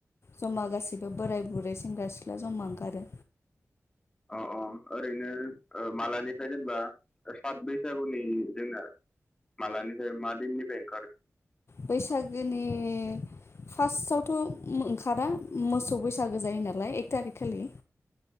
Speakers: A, on the left (about 50°); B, on the left (about 15°).
A: जमा गासिबो बोराय बुरै सेंग्रा सिख्ला जमा ओंखारो।
B: अ अ ओरैनो मालानिफ्राय जेनेबा सात बैसागुनि जोंना मालानिफ्राय मा दिननिफ्राय ओंखारो।
A: बैसागोनि फार्स्टआवथ' ओंखारा मोसौ। बैसागो जायो नालाय एक थारि। खालि।